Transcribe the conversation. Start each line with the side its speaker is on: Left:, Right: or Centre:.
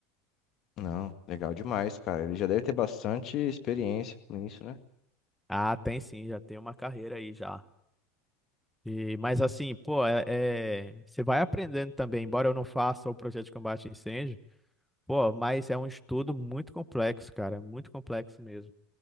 Left: Não, legal demais, cara. Ele já deve ter bastante experiência com isso, né?
Centre: Ah, tem sim, já tem uma carreira aí já. E, mas assim, pô, é, é- você vai aprendendo também, embora eu não faça o projeto de combate a incêndio, pô, mas é um estudo muito complexo, cara, muito complexo mesmo.